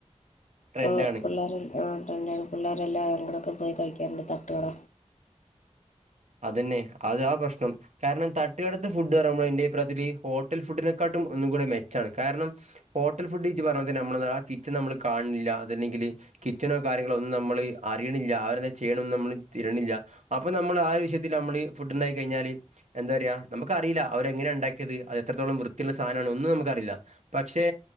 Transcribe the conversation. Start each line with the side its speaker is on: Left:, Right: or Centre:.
Right: ട്രെൻഡാണ്.
Left: ഇപ്പോ പിള്ളേരെ അ ട്രെന്റ് ആണ് പിള്ളോരെല്ലാരും കൂടക്കെ പോയി കഴിക്കാറുണ്ട് തട്ടുകട.
Right: അതന്നെ അതാ പ്രശ്നം കാരണം തട്ടുകടത്തെ ഫുഡ് പറയുമ്പം ന്റെഭിപ്രായത്തില് ഹോട്ടൽ ഫുഡിനെക്കാട്ടും ഒന്നും കൂടെ മെച്ചാണ് കാരണം ഹോട്ടൽ ഫുഡ് ഇജ്ജ് പറഞ്ഞ പോലെ തന്നെ നമ്മൾ ആ കിച്ചൺ നമ്മള് കാൺണില്ല അതല്ലെങ്കില് കിച്ചണോ കാര്യങ്ങളോ ഒന്നും നമ്മള് അറിയണില്ല അവരെന്താ ചെയ്യണൊന്നും നമ്മൾ തിരണില്ല അപ്പൊ നമ്മൾ ആ ഒരു <unintelligible> ൽ നമ്മള് ഫുഡ് ഉണ്ടായി കഴിഞ്ഞാല് എന്താ പറയാ നമുക്ക് അറിയില്ല അവരെ എങ്ങനെയാ ഉണ്ടാക്കിയത് അത് എത്രത്തോളം വൃത്തിയുള്ള സാധനാണ് ഒന്നും നമുക്ക് അറിയില്ല. പക്ഷെ